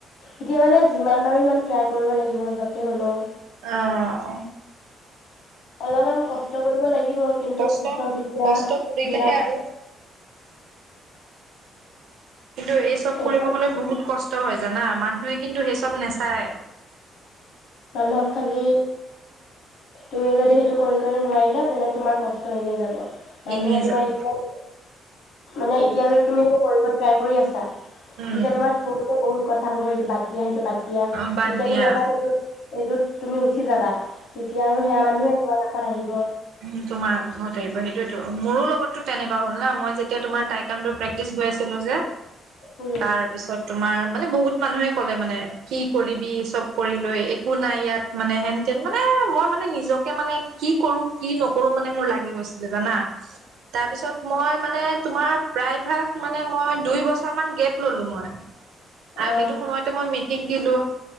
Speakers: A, on the left; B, on the right.
A: এতিয়া মানে যিমান পাৰোঁ সিমান ট্ৰাই কৰিব লাগিব য'তে হ'লেও।
B: অহ।
A: অলপমান কষ্ট কৰিব লাগিব কিন্তু
B: কষ্ট
A: পিছত এতিয়া
B: কষ্ট কৰিলেহে
A: বিনা।
B: আৰু কিন্তু এই চব
A: এতিয়া
B: কৰিব গলে বহুত কষ্ট। হয় জানা মানুহে কিন্তু সেই চব নাচায়।
A: মানুহক খালি তুমি যদি সেইটো কৰি। নোৱাৰিলা তেনে তোমাৰ কষ্ট এনে যাব। মানুহে
B: এনেই
A: তোমাৰ
B: যাব
A: এতিয়া মানে এতিয়ালৈ তুমি একো কৰিব। ট্ৰাই কৰি আছা।
B: উম
A: তেতিয়া তোমাৰ বহুতে বহুত। কথা ক'ব এইটো বাদ দিয়া সেইটো বাদ। এতিয়া
B: উম বাদ
A: যেতিয়া
B: দিয়া
A: তুমি এটা। সেইটোত তুমি উঠি যাবা। তেতিয়া আৰু সেয়া মানুহে তোমাৰ। ইয়াত আহিব।
B: উ তোমাৰ ঘৰত আহিব সেইটোয়তো মোৰো লগতো তেনেুৱা হ'ল না মই যেতিয়া তোমাৰ টাইকাড প্ৰেক্টিচ কৰি আছিলো যে।
A: উম,
B: তাৰপিছত। তোমাৰ মানে বহুত মানুহে ক'লে মানে কি কৰিবি চব কৰি লৈ একো নাই ইয়াত মানে হেনতেন মানে মই মানে নিজকে মানে কি কৰো। কি নকৰো মানে মোৰ লাগি গৈছে। জানা তাৰপিছত মই মানে। তোমাৰ প্ৰায় ভাগ মানে মই দুই বছৰ মান গেপ ললো মই।
A: আহ,
B: আৰু সেইটো সময়তে মই ম। এক দিলো।